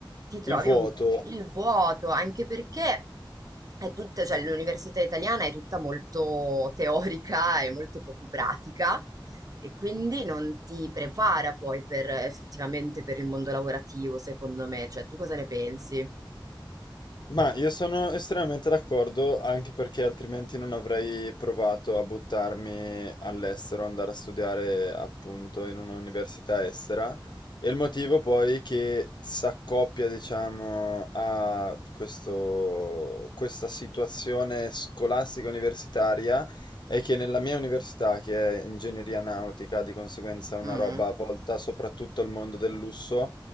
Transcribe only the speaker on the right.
ti trovi
un il vuoto, anche perché è tutta cioè l'università italiana è tutta molto teorica e molto poco pratica. E quindi non ti prepara poi per effettivamente per il mondo lavorativo, secondo me. Cioè, tu cosa ne pensi?
Mm.